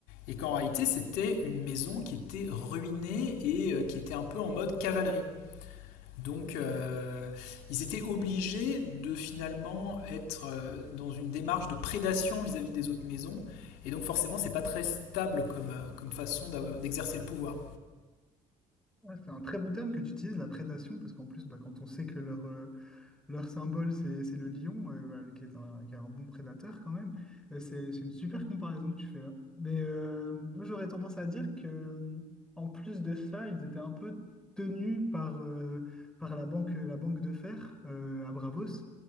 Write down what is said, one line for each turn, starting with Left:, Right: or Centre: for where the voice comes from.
Left: Et qu'en réalité, c'était une maison qui était ruinée et euh, qui était un peu en mode cavalerie. Donc euh, ils étaient obligés de finalement être euh, dans une démarche de prédation vis-à-vis des autres maisons. Et donc forcément c'est pas très stable comme, euh, comme façon d'exercer le pouvoir.
Centre: Ouais, c'est un très bon terme que tu utilises, la prédation, parce qu'en plus, bah, quand on sait que leur, Leur symbole, c'est c'est le lion, euh, voilà, qui est un, qui est un bon prédateur quand même. Euh, C'est c'est une super comparaison que tu fais là. Mais euh, moi, j'aurais tendance à dire que, euh, en plus de ça, ils étaient un peu tenus par, euh, par la banque, la banque de fer euh, à Bravos,